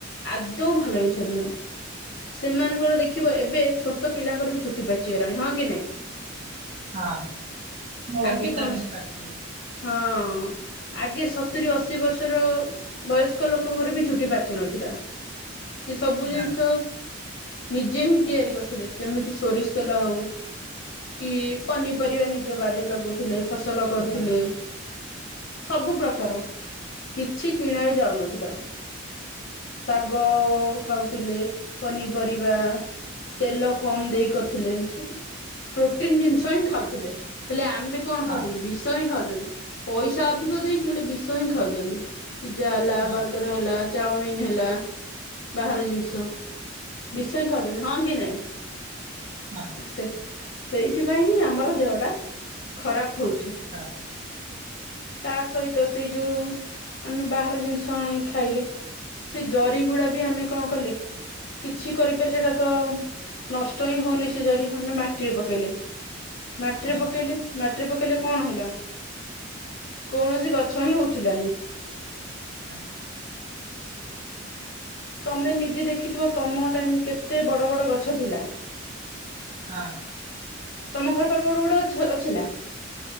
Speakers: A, on the left (about 55°); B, on the right (about 35°).
A: ଆଦୌ ଭଲ ଜିନିଷ ନୁହଁ ସେମାନଙ୍କର ଦେଖିବ ଏବେ ଛୋଟ ପିଲାଙ୍କର ବି ଚୁଟି ପାଚିଗଲାଣି ହଁ କି ନାଇଁ
B: ହଁ ମଲ
A: ଆଗେ
B: ବି
A: କଣ
B: ତ ହେ ପାକ
A: ହଁ ଆଗେ ସତୁରିୀ ଅଶୀ ବର୍ଷର ବୟସ୍କ ଲୋକଙ୍କର ବି ଚୁଟି ପାଚୁନଥିଲା ସେ ସବୁ ଜିନିଷ
B: ନା
A: ନିଜେ ହିଁ ତିଆରି କରିଥିଲେ ଯେମିତି ସୋରିଷ ତେଲ ହଉ କି ପନିପରିବା ନିଜ ବାରରେ ଲଗଉଥିଲେ ଫସଲ
B: ହଁ।
A: ଥିଲେ। ସବୁ ପ୍ରକାର କିଛି କିଣା ବି ଯାଉନଥିଲା ଶାଗ ଖାଉଥିଲେ ପନିପରିବା ତେଲ କମ ଦେଇ କରିଥିଲେ ସବୁ ପ୍ରୋଟିନ ଜିନିଷ ହିଁ ଖାଉଥିଲେ ହେଲେ ଆ ଆମେ କଣ
B: ହଁ
A: ଖାଉଛନ୍ତି ବି ଖାଉଛନ୍ତି ପଇସା ଅଧିକ ଦେଇକି ହେଲେ ବିଷ ହିଁ ଖାଉଛନ୍ତି। ପିଜା ହେଲା
B: ହଁ
A: ବର୍ଗର ହେଲା ଚାଓମିନ ହେଲା ବାହାର ଜିନିଷ ବିଷ ଖ ହଁ କି ନାଇଁ <inaudible>
B: ହଁ
A: ସେ ସେଇଥିପାଇ ହିଁ ଆମର ଦେହ ଟା ଖରାପ ହୋଉଛି।
B: ହଁ।
A: ତା ସହିତ ସେଇ ଯୋଉ ଆମେ ବାହାର ଜିନିଷ ଆଣି ଖାଇଲେ ସେ ଜରି ଗୁଡା ବି ଆମେ କଣ କଲେ କିଛି କରିପାର ସେଇଟା ତ ନଷ୍ଟ ହିଁ ହଉନି ସେ ଜରି ଆମେ ମାଟିରେ ପକେଇଲେ ମାଟିରେ
B: ହଁ
A: ପକେଇଲେ ମା ମାଟିରେ ପକେଇଲେ କଣ ହେଲା କୌଣସି ଗଛ ହିଁ ଉଠିଲାନି।
B: <inaudible>
A: ତମେ ନିଜେ ଦେଖିଥିବ ତମ ଟାଇମ କେତେ ବଡ଼ ବଡ଼ ଗଛ ଥିଲା
B: ହଁ।
A: ତମ ଘର ପାଖରେ ବଡ ବଡ ଅ ଅଛି ନା?